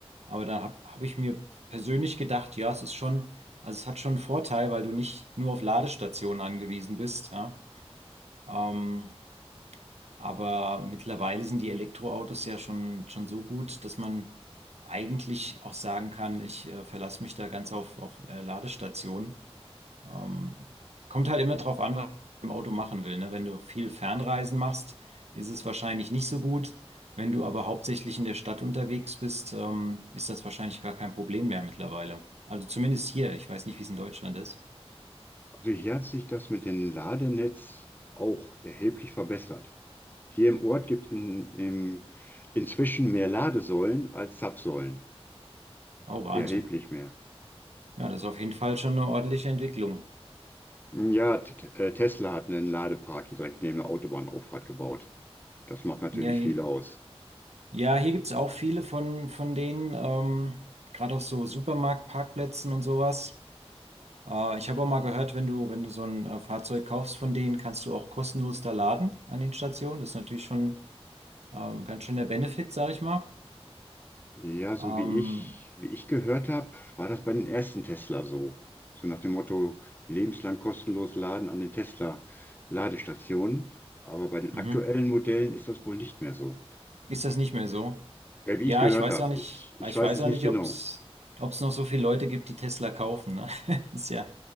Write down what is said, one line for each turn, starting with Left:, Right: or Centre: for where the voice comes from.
Right: Aber da habe hab hab ich mir persönlich gedacht, ja, es ist schon, also es hat schon einen Vorteil, weil du nicht nur auf Ladestationen angewiesen bist, ja. Ähm, aber mittlerweile sind die Elektroautos ja schon, schon so gut, dass man eigentlich auch sagen kann, ich äh, verlasse mich da ganz auf, auf äh, Ladestationen. Ähm, kommt halt immer drauf an, was man im Auto machen will. Ne? Wenn du viel Fernreisen machst, ist es wahrscheinlich nicht so gut. Wenn du aber hauptsächlich in der Stadt unterwegs bist, ähm, ist das wahrscheinlich gar kein Problem mehr mittlerweile. Also zumindest hier. Ich weiß nicht, wie es in Deutschland ist.
Left: So hier hat sich das mit dem Ladenetz auch erheblich verbessert. Hier im Ort gibt es in, im, inzwischen mehr Ladesäulen als Zapfsäulen.
Right: Oh, Wahnsinn.
Left: Erheblich mehr.
Right: Ja, das ist auf jeden Fall schon eine ordentliche Entwicklung.
Left: Ja, T T- äh, Tesla hat einen Ladepark hier direkt neben der Autobahnauffahrt gebaut. Das macht natürlich
Right: Ja, hi-
Left: viel aus.
Right: ja, hier gibt's auch viele von, von denen, ähm, gerade auf so Supermarktparkplätzen und sowas. Äh, ich habe auch mal gehört, wenn du, wenn du so ein äh, Fahrzeug kaufst von denen, kannst du auch kostenlos da laden an den Stationen. Das ist natürlich schon ähm, ganz schön der Benefit, sag ich mal.
Left: Ja, so
Right: Ähm,
Left: wie ich, wie ich gehört habe, war das bei den ersten Tesla so. So nach dem Motto, lebenslang kostenlos laden an den Tesla-Ladestationen. Aber bei den
Right: mhm.
Left: aktuellen Modellen ist das wohl nicht mehr so.
Right: Ist das nicht mehr so?
Left: Äh, wie
Right: Ja,
Left: ich gehört
Right: ich weiß
Left: habe.
Right: auch nicht,
Left: Ich, ich
Right: ich
Left: weiß
Right: weiß
Left: es
Right: auch
Left: nicht
Right: nicht,
Left: genau.
Right: ob es ob es noch so viele Leute gibt, die Tesla kaufen. Ne? <laughs> Ist ja,